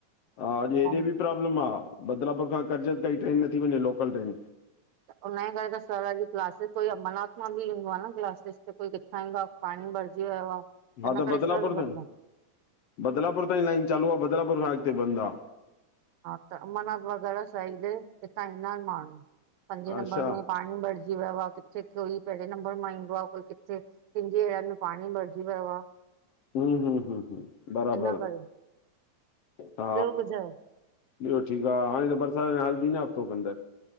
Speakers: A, on the left (about 65°); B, on the right (about 75°).
A: हा, अॼ हेॾे
B: बॉम
A: बि प्रॉब्लम आ, बदलापुर खां कर्जत काई ट्रेन नथी वञे, लोकल ट्रेन।
B: त उनजे करे त सर अॼ क्लासिस, कोई अंमरनाथ मां बि ईंदो आ न क्लासिस ते, कोई किथां ईंदो आ। पाणी भरजी वयो आ।
A: हा
B: हिन
A: त,
B: करे
A: बदलापुर
B: सर भरदा
A: ताईं बदलापुर ताईं लाइन चालू आ, बदलापुर खां अॻते बंदि आ।
B: हा त, अंबरनाथ वग़ैरा साइड, हितां ईंदा एन माण्हूं, पंजे
A: अच्छा
B: नंबर में पाणी भरजी जी वयो आ, किथे कोई पहिंरे नंबर मां ईंदो आ, कोई किथे, किंनजी एरिया में पाणी भरजी वयो आ।
A: हू हूं हूं हूं, बराबर,
B: इन करे
A: हा
B: ॿियो ॿुधायो?
A: ॿयो ठीक आ, हाणे त बरसात अञा हलदी न हफ़्तो खंन त।